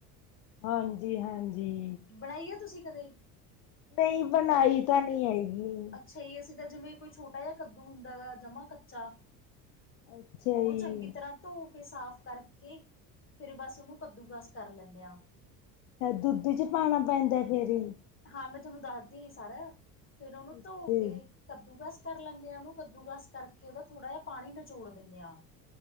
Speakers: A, on the left; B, on the left.
A: ਹਾਂਜੀ-ਹਾਂਜੀ।
B: ਬਣਾਈ ਐ ਤੁਸੀਂ ਕਦੇ?
A: ਨਹੀਂ ਬਣਾਈ ਤਾਂ ਨਹੀਂ ਹੈਗੀ।
B: ਸਹੀ ਅਸੀਂ ਤਾਂ ਜਿਵੇਂ ਕੋਈ ਛੋਟਾ ਜਿਹਾ ਕੱਦੂ ਹੁੰਦਾ ਵਾ ਜਮਾ ਕੱਚਾ
A: ਅੱਛਾ
B: ਏਨੂੰ
A: ਜੀ,
B: ਚੰਗੀ ਤਰ੍ਹਾਂ ਧੋ ਕੇ ਸਾਫ਼ ਕਰਕੇ ਫੇਰ ਬਸ ਉਹਨੂੰ ਕੱਦੂਕਸ ਕਰ ਲੈਂਨੇ ਆ
A: ਦੁੱਧ ਚ ਪਾਣਾ ਪੈਂਦਾ ਫੇਰ ਹੀ
B: ਹਾਂ, ਮੈਂ ਤੁਹਾਨੂੰ ਦੱਸਦੀ ਸੀ ਸਾਰਾ, ਫੇਰ ਉਹਨੂੰ
A: ਅੱਛਾ
B: ਧੋ ਕੇ
A: ਜੀ,
B: ਕੱਦੂਕਸ ਕਰ ਲੈਨੇ ਆ ਉਹਨੂੰ ਕੱਦੂਕਸ ਕਰਕੇ ਉਹਦਾ ਥੋੜਾ ਜਿਹਾ ਪਾਣੀ ਨਚੋੜ ਦਿੰਨੇ ਆ।